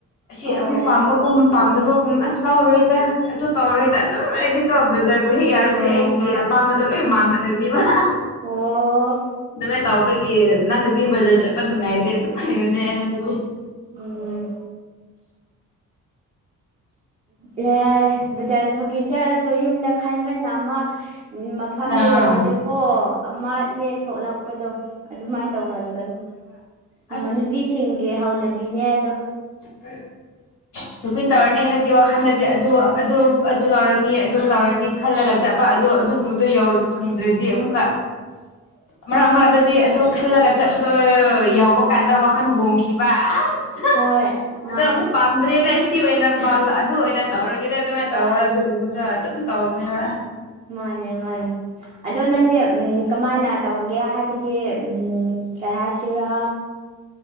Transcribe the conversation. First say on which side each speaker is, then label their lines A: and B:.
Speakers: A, on the left; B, on the right.
A: ꯑꯁꯤ
B: ꯑꯣ
A: ꯑꯃꯨꯛ ꯄꯥꯝꯕꯒꯨꯝ ꯄꯥꯝꯗꯕꯒꯨꯝ ꯑꯁ ꯂꯧꯔꯣꯏꯗ ꯑꯗꯨ ꯇꯧꯔꯣꯏꯗ ꯑꯗꯨꯝ ꯑꯩꯗꯤ ꯀꯣ ꯕꯖꯥꯔꯕꯨ ꯍꯦꯛ ꯌꯥꯎꯔꯗꯤ
B: ꯑꯥ
A: ꯑꯩꯒꯤ ꯑꯄꯥꯝꯕꯗꯣ ꯂꯣꯏ ꯃꯥꯡꯈ꯭ꯔꯅꯤꯕ
B: ꯑꯣ
A: ꯑꯗꯨꯃꯥꯏ ꯇꯥꯎ ꯑꯩꯈꯣꯏꯒꯤ ꯅꯪꯒꯗꯤ ꯕꯖꯥꯔ ꯆꯠꯄ ꯅꯨꯡꯉꯥꯏꯇꯦ ꯑꯗꯨꯝ ꯍꯥꯏꯌꯨꯅꯦ ꯑꯩꯉꯪꯗꯗꯤ
B: ꯎꯝ ꯎꯌꯥꯢ ꯕꯆꯥꯁꯨ ꯍꯄꯤꯟꯆꯥꯔꯁꯨ ꯌꯨꯝꯗ ꯈꯟꯕꯅ ꯑꯃ ꯃꯐꯝꯗ
A: ꯑꯥ
B: ꯌꯧꯔꯗꯤꯀꯣ ꯑꯃꯅꯦ ꯊꯣꯛꯂꯛꯄꯗꯣ ꯑꯗꯨꯃꯥꯏꯅ ꯇꯧ ꯉꯟꯕꯅꯦ
A: ꯑ
B: ꯑꯣ ꯅꯨꯄꯤꯁꯤꯡꯒꯤ ꯍꯧꯅꯕꯤꯅꯦ ꯑꯗꯣ
A: <inaudible> ꯁꯨꯄꯤꯟ ꯇꯧꯔꯅꯤ ꯍꯥꯏꯔꯗꯤ ꯋꯥꯈꯜꯗꯗꯤ ꯑꯗꯨ ꯑꯗꯨ ꯑꯗꯨ ꯂꯧꯔꯅꯤ ꯑꯗꯨ ꯇꯧꯔꯅꯤ ꯈꯜꯂꯒ ꯆꯠꯄ ꯑꯗꯣ ꯑꯗꯨꯒꯨꯝꯕꯗꯣ ꯐꯪꯗ꯭ꯔꯗꯤ ꯑꯃꯨꯛꯀ
B: <inaudible>
A: ꯃꯔꯛ ꯃꯔꯛꯛꯇꯗꯤ ꯑꯗꯨꯗꯣ ꯈꯜꯂꯒ ꯆꯠꯄꯗꯣ ꯌꯥꯎꯕ ꯀꯥꯟꯗ ꯋꯥꯈꯜ ꯍꯣꯡꯈꯤꯕ ꯑꯁ
B: ꯍꯣꯏ
A: ꯑꯗꯣ
B: ꯃꯥꯅꯦ
A: ꯑꯃꯨꯛ ꯄꯥꯝꯗ꯭ꯔꯦꯗ ꯁꯤ ꯑꯣꯏꯅ ꯄꯥꯎꯗ ꯑꯗꯨ ꯑꯣꯏꯅ ꯇꯧꯔꯒꯦꯗ ꯑꯗꯨꯃꯥꯏ ꯇꯧ
B: ꯍꯣꯏ
A: ꯑꯗꯨꯒꯨꯝꯕꯗꯨ ꯗꯨꯝ ꯇꯧꯕꯅꯦꯕ
B: ꯃꯥꯅꯦ ꯃꯥꯅꯦ ꯑꯗꯣ ꯅꯪ ꯎꯝ ꯀꯃꯥꯏꯅ ꯇꯧ ꯀꯦ ꯍꯥꯏꯕꯗꯤ ꯀꯩ ꯍꯥꯏꯁꯤꯔꯥ